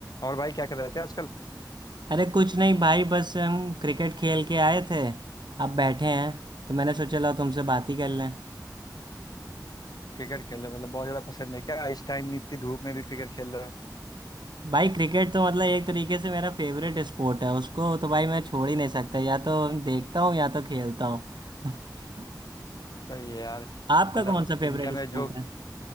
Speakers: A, on the left (about 60°); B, on the right (about 85°).
A: और भाई क्या कर रहे थे आजकल
B: अरे कुछ नहीं भाई बस हम क्रिकेट खेल के आए थे अब बैठे हैं तो मैंने सोचा लाओ तुमसे बात ही कर लें
A: क्रिकेट खेल रहे हो, मतलब बहुत ज्यादा पसंद है क्या इस टाइम इतनी धूप में भी क्रिकेट खेल रहे हो
B: भाई क्रिकेट तो मतलब एक तरीके से मेरा फेवरेट स्पोर्ट है उसको तो भाई मैं छोड़ ही नहीं सकता या तो देखता हूँ या तो खेलता हूँ <laughs>
A: सही है यार
B: आपका
A: मतलब
B: कौन सा फेवरेट
A: इंडिया में
B: स्पोर्ट
A: जो
B: है